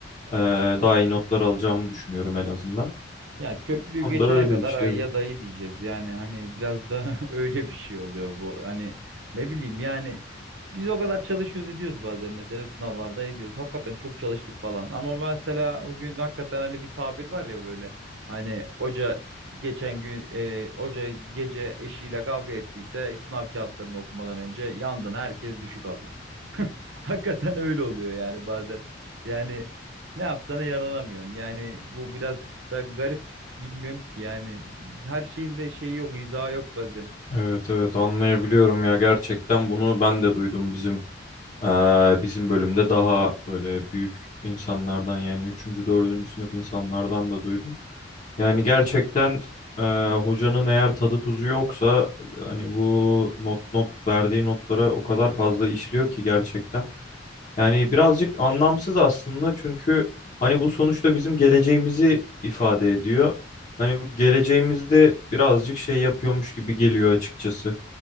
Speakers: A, on the left (about 40°); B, on the right (about 70°).
A: e, daha iyi notlar alacağımı düşünüyorum en azından.
B: Ya köprüyü
A: Bu konuda
B: geçene
A: öyle
B: kadar
A: bir şey
B: ayıya
A: var.
B: dayı diyeceğiz. Yani hani biraz da <laughs> öyle bir şey oluyor bu. Hani ne bileyim yani biz o kadar çalışıyoruz ediyoruz bazen mesela sınavlarda ediyoruz. Hakikaten çok çalıştık falan. Ama mesela bugün hakikaten hani bir tabir var ya böyle. Hani hoca geçen gün e, hoca gece eşiyle kavga ettiyse sınav kağıtlarını okumadan önce yandın herkes düşük alıyor. <laughs> Hakikaten öyle oluyor yani bazen. Yani ne yapsana yaralanamıyorsun. Yani bu biraz da garip Bilmiyorum ki yani her şeyin de şeyi yok, izahı yok bazen.
A: Evet evet anlayabiliyorum ya gerçekten bunu ben de duydum bizim e, bizim bölümde daha böyle büyük insanlardan yani üçüncü dördüncü sınıf insanlardan da duydum. Yani gerçekten e, hocanın eğer tadı tuzu yoksa e, hani bu not not verdiği notlara o kadar fazla işliyor ki gerçekten. Yani birazcık anlamsız aslında çünkü hani bu sonuçta bizim geleceğimizi ifade ediyor. Hani bu geleceğimizde birazcık şey yapıyormuş gibi geliyor açıkçası.